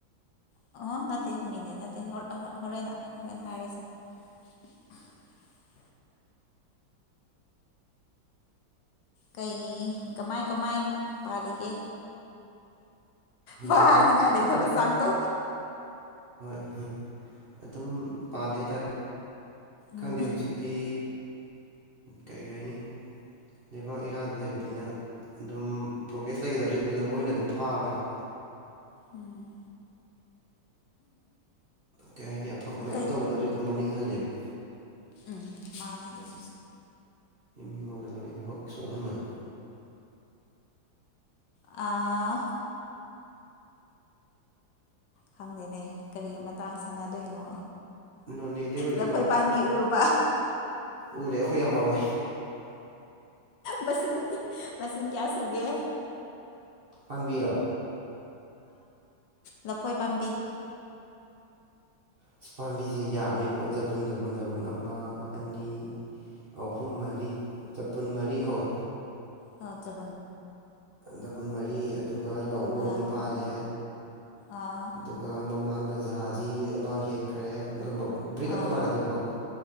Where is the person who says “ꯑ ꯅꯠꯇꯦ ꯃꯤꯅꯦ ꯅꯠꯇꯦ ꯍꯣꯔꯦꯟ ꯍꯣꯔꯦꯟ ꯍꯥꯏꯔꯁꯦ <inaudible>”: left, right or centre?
Left